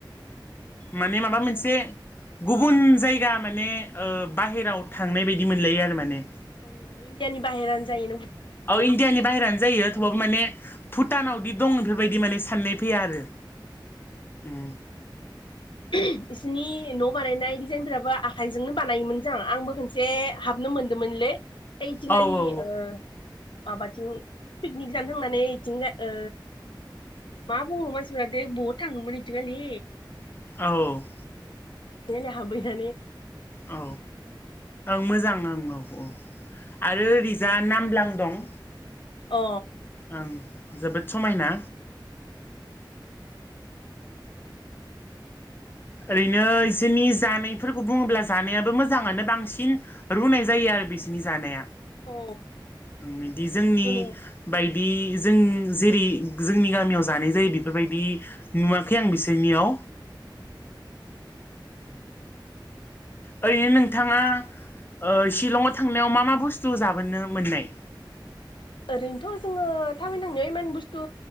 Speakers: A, on the left (about 25°); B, on the left (about 80°).
A: माने माबा मोनसे गुबुन
B: ओ
A: जायगा माने माने ओ बाहेराव थांनाय बायदि मोनलायो आरो माने।
B: औ औ इण्डिया नि बाहेरानो जायो
A: औ इण्डियानि बाहेरानो जायो थेवाबो माने भुत भुटानावदि दं' इफोरबायदि माने साननाय फैया आरो ओम
B: <unintelligible> इसिनि न' बानायनाय डिजाइनफ्राबो आखाइजोंनो बानायोमोन जां आंबो खनसे हाब नो मोनदों मोनलै ऐ थिंयालि
A: औ औ
B: ओ माबाथिं पिकनिक जानो थांनानै ओइथिं ओ मा बुङो मानसिफ्रा दै बहुद थाङोमोन इथिंखालि
A: औ औ।
B: <unintelligible> हाबैनानै
A: औ ओं मोजां ओं औ औ आरो जा नामल्बां दं।
B: अ।
A: ओं जोबोद समायना। ओरैनो इसोरनि जानायफोरखौ बुङोब्ला जानायाबो मोजाङानो बांसिन रुनाय जायो आरो बिसिनि जानिया
B: औ
A: ओं इदि जोंनि
B: दुनिया
A: बाय दि जों जेरै जोंनि गामियाव जानाय जायो बेफोरबायदि नुवाखै आं बिसोरनियाव। औ ओरैनो नोंथाङा ओ शिलं'आव थांनायाव मा मा बुस्थु जाबोनो मोननाय?
B: ओरैनोथ' जोङो थाबायनो थांनाया इमान बुस्थु